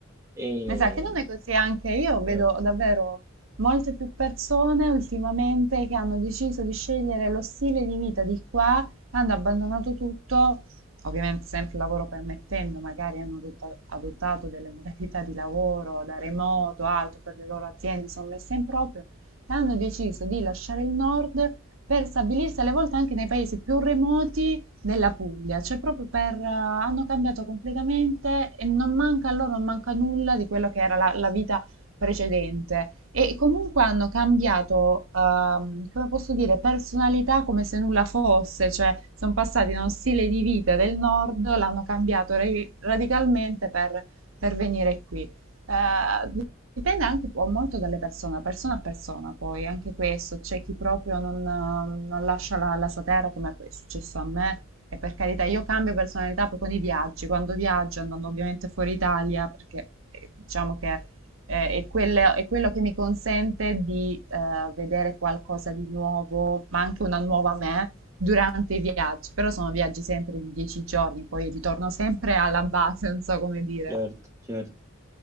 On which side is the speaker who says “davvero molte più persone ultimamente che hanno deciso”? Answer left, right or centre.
Right